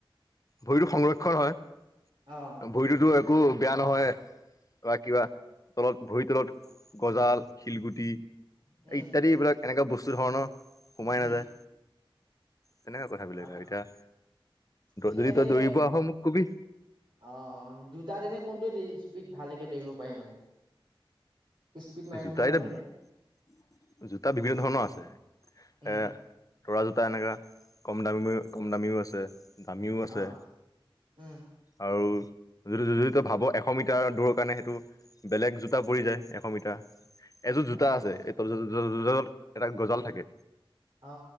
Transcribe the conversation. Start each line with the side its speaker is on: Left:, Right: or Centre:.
Left: ভৰিটো সংৰক্ষণ হয়
Right: অ'।
Left: ভৰিটোতো তো বেয়া নহয় বা কিবা তলত ভৰিৰ তলত গজাল শিলগুটি এই
Right: উম,
Left: ইত্যাদি এইবিলাক এনেকুৱা বস্তু ধৰণৰ সুমাই
Right: উম।
Left: নাযায় তেনেকুৱা কথাবিলাক
Right: আচ্ছা,
Left: আৰু এতিয়া।
Right: পিছে
Left: যদি
Right: এনে
Left: তই দৌৰিব আহ মোক কবি
Right: অ দুটাত এনে কোনটো দি? ভালকে দৌৰিব পাৰি মানে। স্পীড মাৰিম
Left: জোতা
Right: বুলি
Left: এতিয়া
Right: ভাবিলে?
Left: জোতা বিভিন্ন ধৰণৰ আছে
Right: উম,
Left: এ এটা এনেকুৱা কম দামী কম দামীও আছে। দামীও আছে
Right: অ', উম,
Left: আৰু য যদি তই ভাব এশ মিটাৰ দৌৰ কাৰণে সেইটো বেলেগ জোতা পৰি যায় এশ মিটাৰ। এযোৰ জোতা
Right: অ',
Left: আছে এই জো জো জোতাত এডাল গজাল থাকে।
Right: অ